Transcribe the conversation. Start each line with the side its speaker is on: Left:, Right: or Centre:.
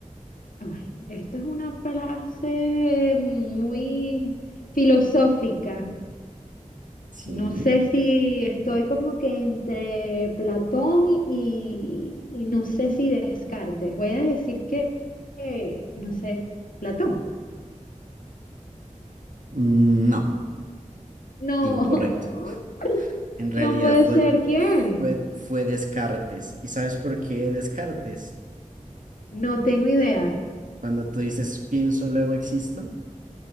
Left: Ay, esta es una frase muy filosófica.
Right: Sí.
Left: No sé si estoy como que entre Platón y, y no sé si Descartes. Voy a decir que, que, no sé, Platón.
Right: Mm, No,
Left: No,
Right: incorrecto. En
Left: <laughs>
Right: realidad
Left: no puede
Right: fue,
Left: ser. ¿Quién?
Right: fue, fue Descartes. ¿Y sabes por qué Descartes?
Left: No tengo idea.
Right: Cuando tú dices pienso, luego existo,